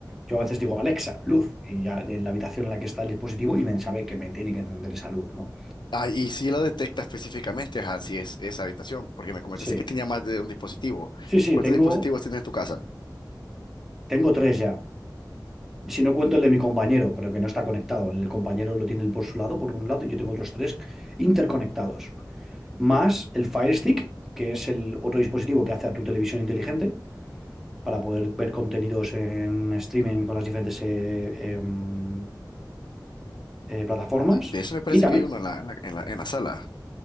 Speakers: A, in the centre; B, on the left.
A: Yo a veces digo, Alexa, luz, y ya en la habitación en la que está el dispositivo y me sabe que me tiene que encender esa luz, ¿no?
B: Ah, y si lo detecta específicamente, ajá, si es esa habitación, porque me comentaste
A: Sí,
B: que tenía más de un dispositivo.
A: sí, sí,
B: ¿Cuántos
A: tengo,
B: dispositivos tienes en tu casa?
A: tengo tres ya. Y Si no cuento el de mi compañero, pero que no está conectado. El compañero lo tiene él por su lado, por un lado, y yo tengo otros tres interconectados. Más el Fire Stick, que es el otro dispositivo que hace a tu televisión inteligente. para poder ver contenidos en streaming con las diferentes eh, em, eh, plataformas.
B: Sí, De eso me parece
A: Y también,
B: que hay uno en la, en la, en la, en la sala.